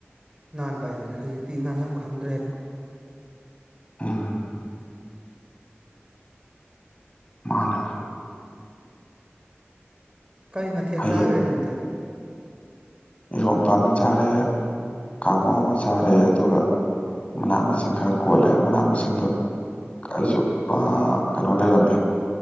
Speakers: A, on the right (about 20°); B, on the left (about 30°).
A: ꯅꯥꯟꯕ ꯍꯥꯏꯗꯨꯅꯦ ꯍꯧꯖꯤꯛꯇꯤ ꯅꯥꯟꯕꯝ ꯈꯪꯗ꯭ꯔꯦꯕ
B: ꯎꯝ ꯃꯥꯅꯦꯂ
A: ꯀꯔꯤ ꯃꯊꯦꯜ
B: ꯍꯌꯦꯡ
A: ꯆꯥꯈ꯭ꯔꯦ ꯅꯪꯗꯤ
B: ꯏꯔꯣꯝꯄꯥ ꯑꯃ ꯆꯥꯔꯦ ꯈꯥꯒꯣ ꯑꯃ ꯆꯥꯔꯦ ꯑꯗꯨꯒ ꯃꯅꯥ ꯃꯁꯤꯡ ꯈꯔ ꯀꯣꯜꯂꯦ ꯃꯅꯥ ꯃꯁꯤꯡꯗꯣ ꯑꯩꯁꯨ ꯀꯩꯅꯣ ꯂꯩꯔꯝꯃꯦ